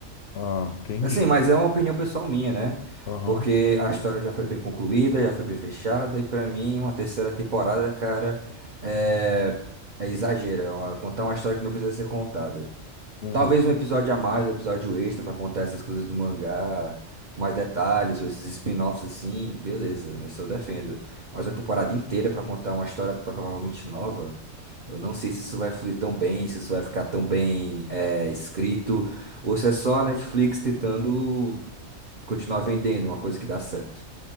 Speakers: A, on the left; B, on the right.
A: Ah, entendi.
B: Assim, mas é uma opinião pessoal minha, né?
A: Aham.
B: Porque a história já foi bem concluída, já foi bem fechada, e pra mim, uma terceira temporada, cara, é, é exagero. é uma- contar uma história que não precisa ser contada.
A: Uhum.
B: Talvez um episódio a mais, um episódio extra pra contar essas coisas do mangá, com mais detalhes, ou esses spin-offs assim, beleza, isso eu defendo. Mas uma temporada inteira pra contar uma história provavelmente nova, eu não sei se isso vai fluir tão bem, se isso vai ficar tão bem é, escrito, ou se é só a Netflix tentando continuar vendendo uma coisa que dá certo.